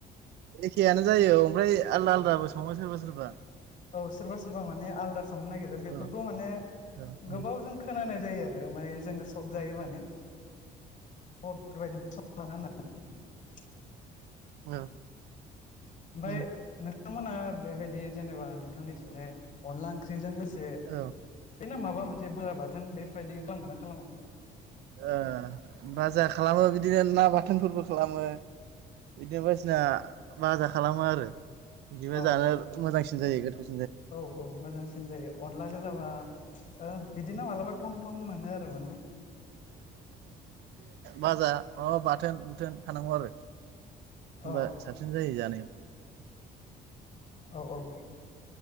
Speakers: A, on the right (about 80°); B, on the left (about 50°).
A: एखेयानो जायो ओमफ्राय आलदा
B: औ
A: आलदाबो सङो सोरबा सोरबा।
B: औ सोरबा सोरबा माने आलदा संनो नागिरो बेफोरखौ
A: औ
B: माने
A: औ औ
B: गोबाव जों खोनानाय जायो आरो माने जोङो सक जायो माने अक <unintelligible>
A: औ
B: ओमफाय
A: औ
B: नोंथांमोना बेबायदि जेनेबा नोंथांनिथिंजाय अनला ओंख्रिजों लोगो से बिदिनो
A: औ
B: माबा मोनसे बुरा बाथोन बेफोरबायदि खामगोन ना खालामा?
A: ओ बाजा खालामो बिदिनो ना बाथोनफोरबो खालामो। बिदिनो बायदिसिना बाजा खालामो आरो। बिदिबा
B: औ
A: जानो मोजांसिन जायो गोथाव
B: औ औ मोजांसिन जायो। अनला गोजाबा ओब बिदिनो मालाबा थं थं मोनो आरो मोनो।
A: बाजा मा बाथोन बुथोन थानांगौ आरो होमबा
B: औ
A: साबसिन जायो जानायाव।
B: औ औ